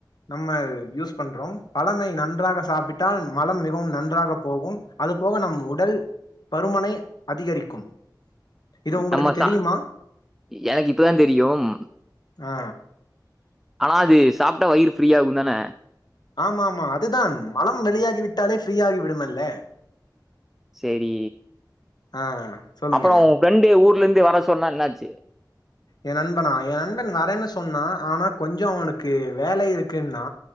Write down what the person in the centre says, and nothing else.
நம்ம சா
எனக்கு இப்ப தா தெரியும்
ஆனா அது சாப்டா வயிறு ஃப்ரீயாகும் தான
செரி
அப்றோ ஒ ஃப்ரெண்டு ஊர்லந் து வர சொன்னா என்னாச்சு